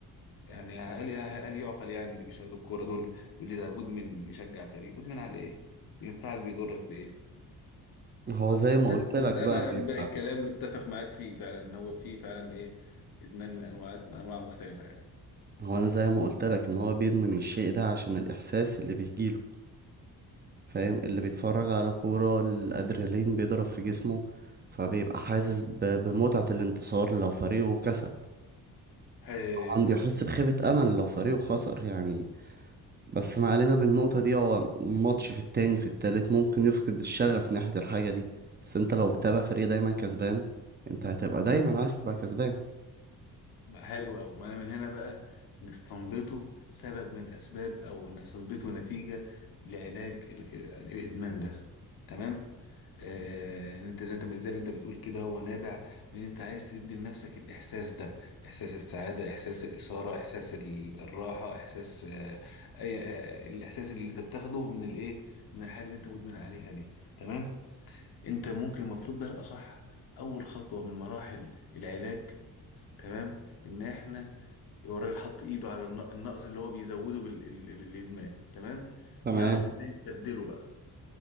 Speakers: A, on the left (about 70°); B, on the right (about 25°).
A: يعني هل هل يعقل يعني اللي بيشاهدوا الكوره دول يقول لي ده مدمن بيشجع فريق مدمن على ايه بينفعك بيضرك بايه
B: هو زي ما
A: بس
B: قلت
A: بس
B: لك
A: انا
B: بقى بي-
A: باقي الكلام متفق معاك فيه فعلا ان هو فيه فعلا ايه ادمان من انواع انواع مختلفه يعني
B: هو انا زي ما قلت لك ان هو بيدمن الشيء ده عشان الاحساس اللي بيجيله فاهم اللي بيتفرج على كورة الادرينالين بيضرب في جسمه فبيبقى حاسس ب... بمتعة الانتصار لو فريقه كسب
A: حلو
B: طبعا بيحس بخيبة امل لو فريقه خسر يعني بس ما علينا بالنقطة دي هو ماتش في التاني في التالت ممكن يفقد الشغف ناحية الحاجة دي بس انت لو بتتابع فريق دايما كسبان انت هتبقى دايما عايز تبقى كسبان
A: حلو أوي ما أنا من هنا بقى نستنبطه سبب من أسباب أو نستنبطه نتيجة لعلاج ال- يعني الإدمان ده تمام؟ آه، إن أنت زي أنت زي ما أنت بتقول كده هو نابع من أنت عايز تدي لنفسك الإحساس ده إحساس السعادة إحساس الإثارة إحساس ال- الراحة إحساس آه، أي آه، الإحساس اللي أنت بتاخده من الإيه من الحاجة اللي أنت مدمن عليها دي تمام؟ أنت ممكن المفروض بقى الأصح أول خطوة من مراحل العلاج تمام؟ إن إحنا هو الراجل حط ايده على الن- النقص اللي هو بيزوده بال- ال- بالادمان تمام
B: تمام
A: يعرف ازاي يستبدله بقى